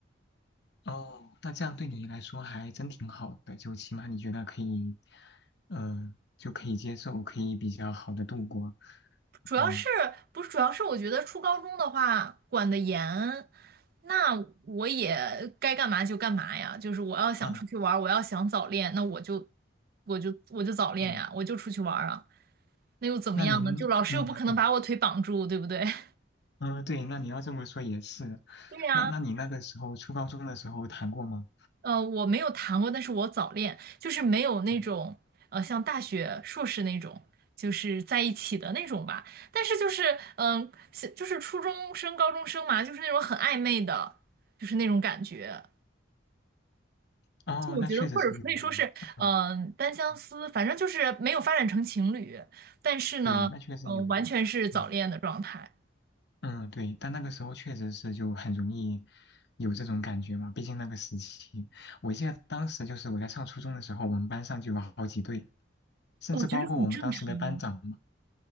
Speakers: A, on the left (about 60°); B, on the right (about 50°).
A: 哦，那这样对你来说还真挺好的，就起码你觉得可以，嗯，就可以接受，可以比较好的度过。
B: 主要是不是主要是我觉得初高中的话管得严，
A: 嗯
B: 那我也该干嘛就干嘛呀。就是我要想出去玩儿我要想早恋，
A: 嗯
B: 那我就我就我就早恋呀，
A: 嗯，
B: 我就出去玩儿啊。那又怎么样呢？
A: 那您嗯对
B: 就老师又不可能把我腿绑住，对不对？<laughs>
A: 嗯对，那你要这么说也是，
B: 对呀、
A: 那那你那个时候初高中的时候谈过吗？
B: 呃，我没有谈过，但是我早恋，就是没有那种呃，
A: 嗯
B: 像大学、硕士那种，就是在一起的那种吧。但是就是，嗯、是就是初中生、高中生嘛，就是那种很暧昧的，就是那种感觉。
A: 哦，
B: 就我觉得，
A: 那确实是有的，
B: 或者可以说是，
A: 嗯
B: 嗯、呃单相思，
A: 嗯
B: 反正就是没有发展成情侣，但是呢，
A: 对，那确实有的，
B: 嗯、完全是早恋的状态，
A: 嗯。嗯，对，但那个时候确实是就很容易有这种感觉嘛，毕竟那个时期，我记得当时就是我在上初中的时候，我们班上就有好几对，甚至包括我们当时的班长嘛，
B: 我觉得很正常。